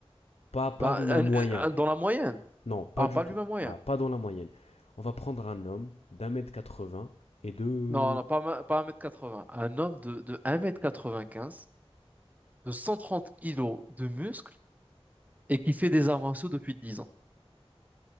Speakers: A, on the left; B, on the right.
A: pas, pas
B: Bah,
A: l'humain
B: un-
A: moyen.
B: un- dans la moyenne.
A: Non, pas
B: Ah,
A: du
B: pas
A: tout.
B: l'humain moyen.
A: Ah, pas dans la moyenne. On va prendre un homme d'un mètre 80 et de...
B: Non, non, pas, ma- pas un mètre quatre-vingts Un homme de, de un mètre quatre-vingt-quinze de 130 kilos de muscles et qui fait des arts martiaux depuis 10 ans.